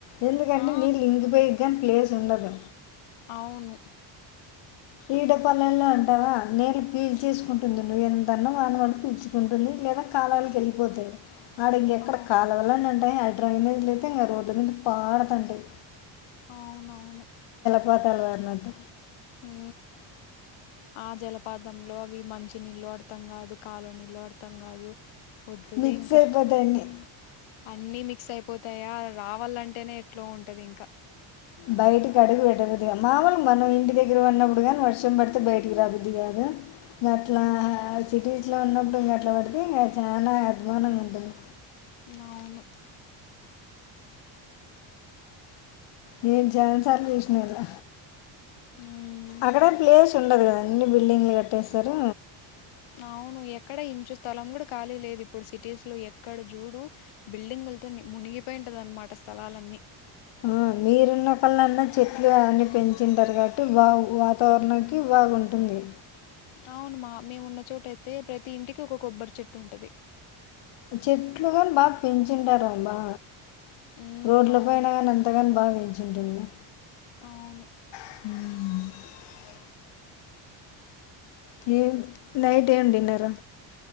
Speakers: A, on the left (about 60°); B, on the left (about 75°).
A: ఎందుకంటే
B: ఆ
A: నీళ్ళు ఇంకిపోయేగాని ప్లేస్ ఉండదు
B: అవును
A: ఈడపల్లెల్లో అంటావా నీళ్ళు పీల్చేసుకుంటుంది నువ్వు ఎంతన్నా వాన పడు పీల్చుకుంటుంది లేదా కాలవలకు కెళ్ళిపోతాయి ఆడ ఇంకెక్కడ
B: ఆ
A: కాలువల్లన్న ఉంటయ్ ఆ డ్రైనేజ్ లయితే ఇంకా రోడ్ల మీద పాడతాంటయ్
B: అవునవును
A: పాతాలు పరిన్నట్టు
B: ఊ ఆ జలపాతంలో అవి మంచి నీళ్ళో అర్థం కాదు కాలువ నీళ్ళో అర్థం త్తం కాదు వద్దులే
A: మిక్స్
B: ఇంక
A: అయిపోతాయి అన్నీ
B: అన్ని మి క్స్ అయిపోతాయా రావాళ్లంటేనే ఎట్లో ఉంటది ఇంక
A: బయటికి అడుగు పెట్టబుద్దుగా మాములు మనం ఇంటి దగ్గర ఉన్నప్పుడు గానీ వర్షం పడితే బయటికి రాబుద్ది కాదు ద్ ఇంగ అట్లా
B: ఉమ్
A: సిటీస్లో ఉన్నప్పుడు ఇంగ అట్ల పడితే ఇంకా చానా అద్ధవానంగా ఉంటుంది
B: అవును
A: నేను చాన్ సార్లు చూసినలా
B: మ్మ్
A: అక్కడ ప్లేస్ స్ ఉండదు కదా అన్ని బిల్డింగ్లు కట్టేసారు
B: అవును ఎక్కడ ఇంచు స్థలం కూడా కాళీ లేదు ఇప్పుడు సిటీస్ లో ఎక్కడ జుడు బిల్డింగులతో ని మునిగిపోయింటదన్నమాట స్థలాలన్నీ
A: ఆ మీరున్న కళన్నా చెట్లు అన్ని పెంచింటారు కాబట్టి వా వాతావరణానికి బాగుంటుంది
B: అవును మా మేము ఉన్న చోటయితే ప్రతి ఇంటికి ఒక కొబ్బరి చెట్టు ఉంటది
A: చెట్లు కాని బాగా పెంచిుంటారు అవ్బా
B: మ్మ్
A: రోడ్ల
B: అవును
A: పైన కానీ అంతగాని బాగా పెంచుంటున్లా
B: అవును
A: హ ఏం నైట్ ఏమి డిన్నర్రు